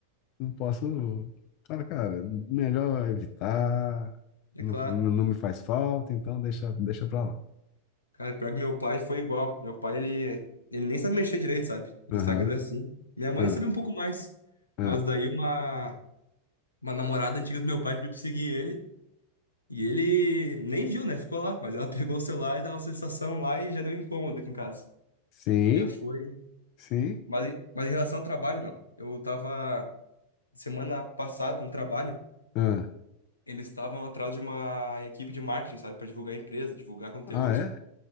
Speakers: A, on the left; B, on the left.
A: não posso. Cara, cara, melhor evitar,
B: É
A: não,
B: claro.
A: fa- não me faz falta, então deixa, deixa pra lá.
B: Cara, pior que meu pai foi igual. Meu pai, ele, ele nem sabe mexer direito, sabe? No
A: Aham,
B: Instagram, assim. Minha mãe
A: ah,
B: sabe um pouco mais. Mas
A: ah.
B: daí uma, uma namorada antiga do meu pai pediu pra seguir ele. E ele nem viu, né? Ficou lá. Mas ela <laughs> pegou o celular e tava na sensação lá e já deu incômodo aqui em casa.
A: Sim,
B: Já foi.
A: sim.
B: Mas, em- mas em relação ao trabalho, meu, eu tava semana passada no trabalho.
A: Ah,
B: eles estavam atrás de uma equipe de marketing, sabe, Pra divulgar a empresa, divulgar conteúdo.
A: ah, é?